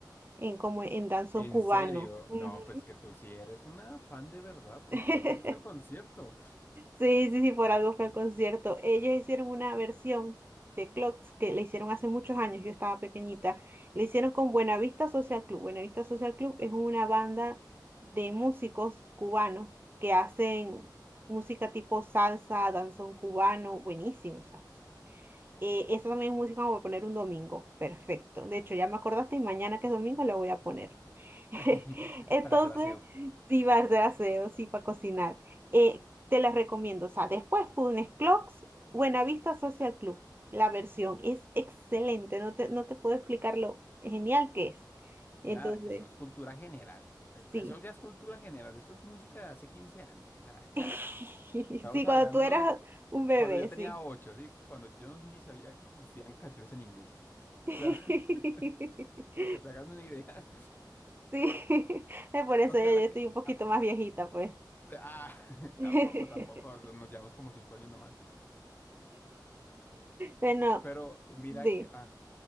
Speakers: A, on the right; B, on the left.
A: en como en danzón
B: En
A: cubano.
B: serio,
A: Ujú.
B: no, pues que tú sí eres una fan de verdad, con
A: <laughs>
B: razón. Fuiste al concierto
A: Sí, sí, sí, por algo fue el concierto. Ellos hicieron una versión de Clocks que le hicieron hace muchos años, yo estaba pequeñita. Le hicieron con Buenavista Social Club. Buenavista Social Club es una banda de músicos cubanos que hacen música tipo salsa, danzón cubano, buenísimo. o sea. Eh, esa también es música como para poner un domingo, perfecto. De hecho, ya me acordaste y mañana que es domingo la voy a poner. <laughs>
B: <laughs>
A: Entonces,
B: para hacer aseo.
A: sí va a hacer aseo, sí para cocinar. Eh, te las recomiendo. O sea, después pones Clocks, Buenavista Social Club. La versión es excelente. No te, no te puedo explicar lo genial que es.
B: Mira,
A: Entonces,
B: eso es cultura general. Es-
A: sí.
B: Eso ya es cultura general. Eso es música de hace 15 años. O sea, acá
A: <laughs> Sí,
B: estamos
A: cuando
B: hablando
A: tú eras
B: de cu-
A: un bebé,
B: cuando yo tenía
A: sí.
B: 8, ¿sí? Cuando yo ni sabía que existían canciones en inglés.
A: <laughs>
B: O sea, <laughs> para que te hagas una idea.
A: Sí. <laughs> Es por eso
B: Aunque
A: yo, yo
B: ahora
A: estoy
B: que...
A: un poquito
B: Ah,
A: más viejita, pues.
B: ah, <laughs>
A: <laughs>
B: tampoco, tampoco. o sea, Nos llevamos como 5 años nomás.
A: Bueno,
B: Pero mira
A: sí.
B: que... Ah,